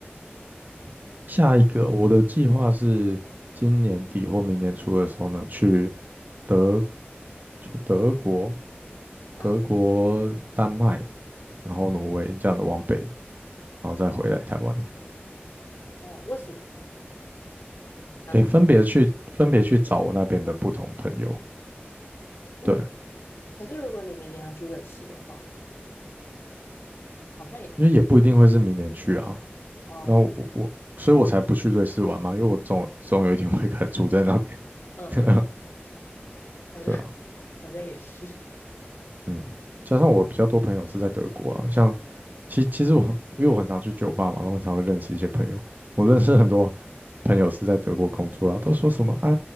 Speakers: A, on the right (about 45°); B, on the left (about 75°).
A: <laughs> 下一个，我的计划是今年底或明年初的时候呢，去德去德国、
B: 然后是
A: 德国、丹麦，然后挪威这样的往北，然后再回来台湾。
B: 哦，为什么？单纯
A: 也分别去分别去找我那边的不同朋友，
B: 嗯，
A: 对，
B: 可是如果你明年要去瑞士的话，好像也是
A: 因为也不一定会是明年去啊。
B: 哦，
A: 那我我，所以我才不去瑞士玩嘛，因为我总总有一天会开始住在那边。
B: 嗯嗯，
A: <laughs>
B: 好像
A: 对啊，
B: <laughs> 好像也是。
A: 嗯，加上我比较多朋友是在德国啊，像其其实我因为我很常去酒吧嘛，然后很常会认识一些朋友。我认识很多朋友是在德国工作啊，都说什么啊